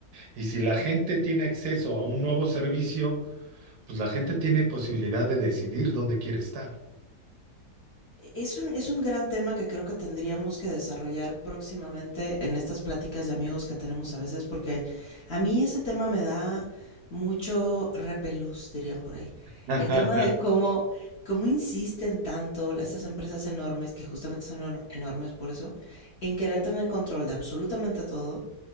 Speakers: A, on the right; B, on the left.
A: Y si la gente tiene acceso a un nuevo servicio, Pues la gente tiene posibilidad de decidir dónde quiere estar.
B: Es un, es un gran tema que creo que tendríamos que desarrollar próximamente en estas pláticas de amigos que tenemos a veces, porque a mí ese tema me da mucho repelús, dirían por ahí.
A: <laughs>
B: El tema de cómo, cómo insisten tanto estas empresas enormes, que justamente son enormes por eso, en querer tener control de absolutamente todo